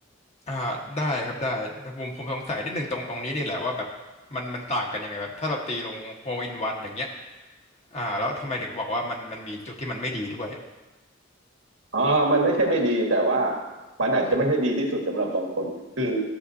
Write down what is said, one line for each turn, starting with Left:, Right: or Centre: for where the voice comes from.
Left: อ่าได้ครับได้แต่ผมผมสงสัยนิดนึงตรงตรงนี้นี่แหละว่าแบบมันมันต่างกันยังไงแบบถ้าเราตีลง hole in one อย่างเงี้ยอ่าแล้วทำไมถึงบอกว่ามันมันมีจุดที่มันไม่ดีด้วย
Right: อ๋อมันไม่ใช่ไม่ดีแต่ว่ามันอาจจะไม่ใช่ดีที่สุดสำหรับบางคน คือ